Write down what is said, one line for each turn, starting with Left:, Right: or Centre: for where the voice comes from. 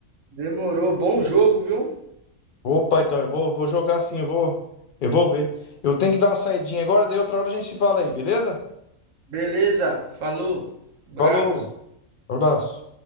Right: Demorou. Bom jogo, viu?
Left: Opa, então eu vou, vou jogar sim, eu vou, eu vou ver. Eu tenho que dar uma saidinha agora, daí outra hora a gente se fala aí, beleza?
Right: Beleza. Falou. Abraço.
Left: Falou, abraço.